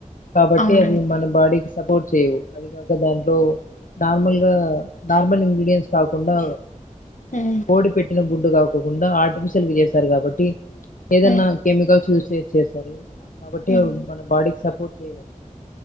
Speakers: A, on the left; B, on the left.
A: కాబట్టి
B: అవునండి
A: అవి మన బాడీకి సపోర్ట్ చేయవు అది కాక దాంట్లో నార్మల్ గా నార్మల్ ఇంగ్రీడియంట్స్ కాకుండా
B: మ్మ్
A: కోడి పెట్టిన గుడ్డు కాకుండా ఆర్టిఫిషియల్ గా చేస్తారు కాబట్టి ఏదన్నా
B: మ్మ్
A: కెమికల్స్ యూజ్ చేసి చేస్తారు కాబట్టి
B: మ్మ్
A: మన బాడీకి సపోర్ట్ చేయ్వండి